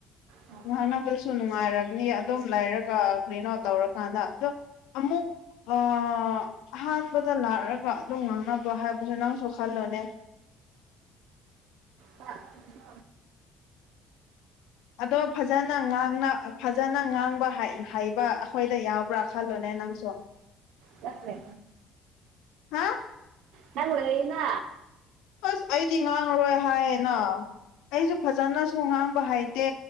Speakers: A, on the right; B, on the left.
A: ꯑꯣ
B: ꯉꯥꯡꯅꯕꯁꯨ ꯅꯨꯡꯉꯥꯏꯔꯒꯅꯤ ꯑꯗꯨꯝ ꯂꯩꯔꯒ ꯀ꯭ꯂꯤꯟ ꯑꯥꯎ ꯇꯧꯔꯀꯥꯟꯗ ꯑꯗꯣ ꯑꯃꯨꯛ ꯑ ꯑꯍꯠꯄꯗ ꯂꯥꯛꯑꯒ ꯑꯗꯨꯝ ꯉꯥꯡꯅꯕꯣ ꯍꯥꯏꯕꯁꯦ ꯅꯪꯁꯨ ꯈꯜꯂꯣꯨꯅꯦ
A: ꯑ
B: ꯑꯗꯣ ꯐꯖꯅ ꯉꯥꯡꯅ ꯐꯖꯅ ꯉꯥꯡꯕ ꯍꯩꯕ ꯑꯩꯈꯣꯏꯗ ꯌꯥꯎꯕ꯭ꯔꯥ ꯈꯜꯂꯨꯅꯦ ꯅꯪꯁꯨ
A: ꯆꯦ
B: ꯍꯥ
A: ꯍꯜꯋꯥꯅꯥ
B: ꯑꯁ ꯑꯩꯗꯤ ꯉꯥꯡꯉꯔꯣꯏ ꯍꯥꯏꯌꯦꯅ ꯑꯩꯁꯨ ꯐꯖꯅꯁꯨ ꯉꯥꯡꯕ ꯍꯩꯇꯦ